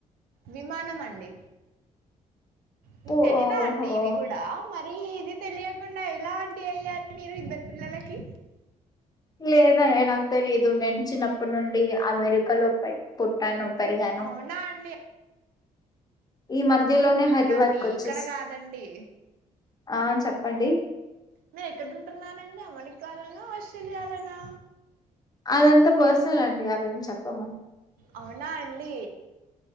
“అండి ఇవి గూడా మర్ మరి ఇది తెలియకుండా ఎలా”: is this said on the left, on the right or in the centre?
Right